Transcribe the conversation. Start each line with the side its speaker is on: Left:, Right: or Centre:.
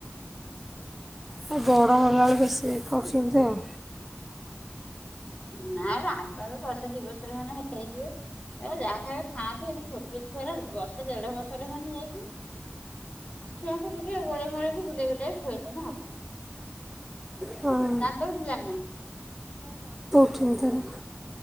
Centre: ଆ ବଡ଼ ହେଲା ବେଳେ ବେଶି କରୁଛନ୍ତି ଆଉ।
Left: ନାଇଁ ଆର ତ ଏବେ ବର୍ଷେ ଦି ବର୍ଷର ଖଣ୍ଡେ ହେଇଯିବ। ଏ ଯାହା ଖାଇବେ ଖାଆନ୍ତୁ ଏଇନା ଛୋଟ ଛୁଆର ବର୍ଷେ ଦେଢ ବର୍ଷରେ ହେନେ ଯାଇକି। ଛୁଆଁ ଙ୍କୁ ଟିକେ ଗୋଲେଇ ମୋଳେଇକି ବୁଲେଇ ବୁଲାକି ଖୁଆଇଦେଲେ ହବ।
Centre: ହଁ
Left: ଦାନ୍ତ ଉଠିଲାଣି ନା?
Centre: ପୁଣିଥରେ।